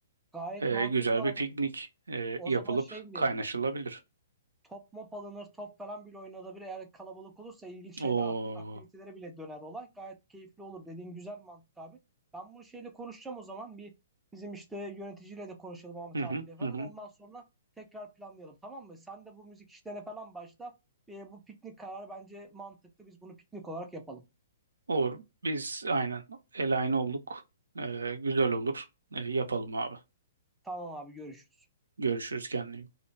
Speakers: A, in the centre; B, on the right (about 75°).
A: gayet
B: E,
A: mantıklı
B: güzel
A: abi.
B: bir piknik e,
A: O
B: yapılıp
A: zaman şey bile
B: kaynaşılabilir.
A: yapılır. top mop alınır, top falan bile oynanabilir. Eğer kalabalık olursa ilginç
B: O
A: şeyler, aktivitelere bile döner olay. Gayet keyifli olur. Dediğin güzel mantık abi. Ben bunu şeyle konuşacağım o zaman. Bir bizim işte yöneticiyle de konuşalım Ahmet
B: hı hı
A: abiyle falan.
B: hı hı.
A: Ondan sonra tekrar planlayalım tamam mı? Sen de bu müzik işlerine falan başla. Ee, bu piknik kararı bence mantıklı. Biz bunu piknik olarak yapalım.
B: Olur. Biz aynen el aynı olduk. E, güzel olur. E, yapalım abi.
A: Tamam abi görüşürüz.
B: Görüşürüz kendine. iyi bak.